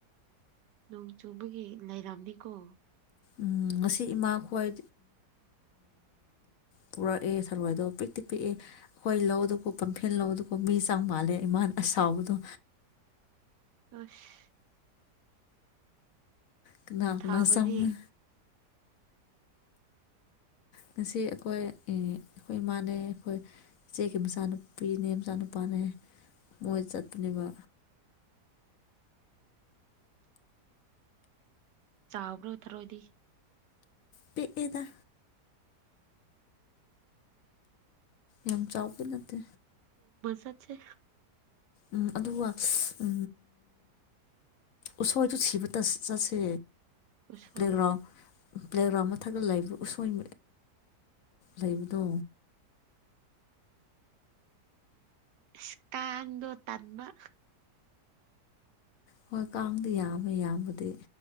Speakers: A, on the right; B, on the left.
A: ꯅꯣꯡ ꯆꯨꯕꯒꯤ ꯂꯩꯥꯏꯔꯝꯅꯤꯀꯣ
B: ꯎ ꯉꯁꯤ ꯏꯃꯥ ꯈ꯭ꯋꯥꯏ ꯄꯨꯔꯛꯑꯦ ꯊꯔꯋꯥꯣꯏꯗꯣ ꯄꯤꯛꯇꯤ ꯄꯤꯛꯑꯦ ꯍꯣꯏ ꯂꯧꯗꯀꯣ ꯄꯝꯐꯦꯟ ꯂꯧꯗꯣ ꯣ ꯃꯤ ꯆꯥꯡ ꯃꯥꯜꯂꯦ ꯏꯃꯥꯟ ꯑꯁꯥꯎꯕꯗꯣ
A: ꯑꯁ
B: ꯀꯅꯥꯒꯅꯥ
A: ꯊꯥꯕꯗꯤ
B: ꯆꯥꯎꯥꯎꯅ ꯉꯁꯤ ꯑꯩꯈꯣꯏ ꯑꯩꯈꯣꯏ ꯏꯃꯥꯅꯦ ꯑꯩꯈꯣꯏ ꯏꯆꯦꯒꯤ ꯃꯆꯥꯅꯨꯄꯤꯅꯦ ꯃꯆꯥꯅꯨꯄꯥꯅꯦ ꯃꯣꯏ ꯆꯠꯄꯅꯦꯕ
A: ꯆꯥꯎꯕ꯭ꯔꯣ ꯊꯔꯣꯏꯗꯤ
B: ꯄꯤꯗ ꯌꯥꯝ ꯆꯥꯎꯕ ꯅꯠꯇꯦ
A: ꯆꯦ
B: ꯎꯝ ꯑꯗꯨꯒ ꯎ ꯎꯁꯣꯏꯗꯨ ꯁꯤꯕ ꯆꯠꯁꯦ
A: ꯎꯁꯣꯏ
B: ꯄ꯭ꯂꯦꯒ꯭ꯔꯥꯎꯟ ꯄ꯭ꯂꯦꯒ꯭ꯔꯥꯎꯟ ꯃꯊꯛꯒ ꯂꯩꯕ ꯎꯁꯣꯏ ꯂꯩꯕꯗꯣ
A: ꯏꯁꯀꯥꯟꯗꯣ ꯇꯥꯟꯕ
B: ꯍꯣꯏ ꯀꯥꯡꯗꯤ ꯌꯥꯝꯃꯦ ꯌꯥꯝꯕꯗꯤ